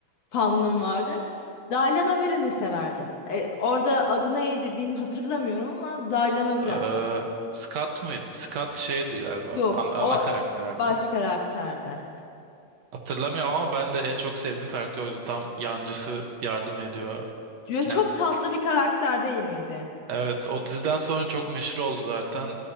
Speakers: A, on the left; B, on the right.
A: fanlığım vardır Daylan Öberen'i severdim E, orada adı neydi bilmiyorum hatırlamıyorum ama Daylan Öberen
B: Ee, Scott mıydı? Scott şeydi galiba.
A: yok
B: an- ana
A: o
B: karakterdi.
A: e, baş karakterde
B: Hatırlamıyorum ama ben de en çok sevdiğim karakter oydu. Tam yancısı yardım ediyor.
A: Ya
B: Ken-
A: çok tatlı bir karakter değil miydi?
B: evet o diziden sonra çok meşhur oldu zaten.